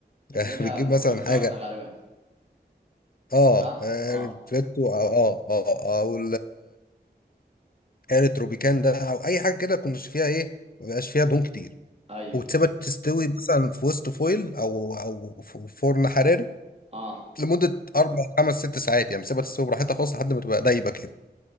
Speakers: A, on the left (about 55°); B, on the right (about 35°).
A: <laughs>
B: اللي هي
A: بتجيب
B: بتكون
A: مثلا
B: فاخده
A: حاجة
B: غالبا
A: اه
B: صح اه
A: ريتريتو او اه اه او الريتروبيكان ده او اي حاجه كده كنت فيها ايه ما بيبقاش فيها دهون كتير
B: ايوه
A: وتسيبها تستوي مثلا في وسط فويل او او ف- فرن حراري
B: اه
A: لمده اربع خمس ست ساعات يعني سيبها تستوي براحتها خالص لحد ما تبقى دايبه كده